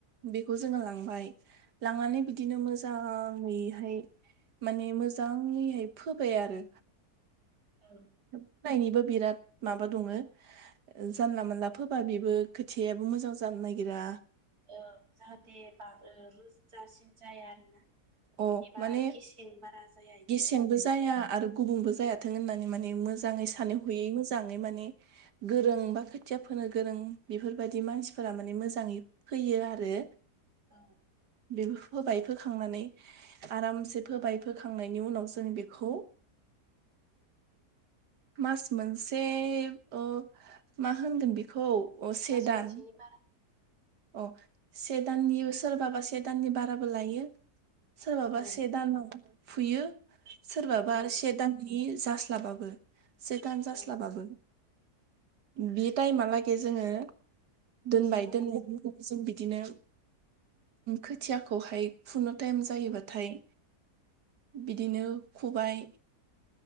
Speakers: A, on the right; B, on the right.
A: बेखौ जोङो लांबाय लांनानै बिदिनो मोजाङैहाय माने मोजाङैहाय फोबाय आरो
B: औ
A: फायनिबो बिराद माबा दङ जानला मोनानला फोबा बेबो खोथियाबो मोजां जानो नागिरा
B: ओ जाहाथे बा ओ रोजो जासिन जाया आरोना
A: अ
B: एबा
A: माने
B: गेसेन बारा जाया इदि
A: गेसेंबो
B: आरो
A: जाया आरो गुबुंबो जायाथों होननानै माने मोजां मोजाङै सानै
B: ओं
A: हयै मोजां मोजाङै माने गोरों बा खोथिया फोनो गोरों बेफोरबायदि मानसिफोरा माने मोजाङै फैयो आरो
B: औ
A: बेबो फोबाय फोखांनानै आरामसे फोबाय फोखां थांनायनि उनाव जों बेखौ मास मोनसे ओ मा होनोन बेखौ अ से
B: मास
A: दान
B: मोनसेनि बारा
A: अ से दाननि सोरबाबा से दाननि बाराबो लायो सोरबाबा
B: औ
A: से दान नांगौ फुयो सोरबाबा
B: औ
A: से दाननि बे जास्लाबाबो से दान जास्लाबाबो
B: औ
A: बे टाइमालागै जोङो दोन
B: बे
A: बाय
B: समहालागै
A: दोन जों बिदिनो खोथियाखौहाय फुनो टाइम जायोबाथाय बिदिनो खुबाय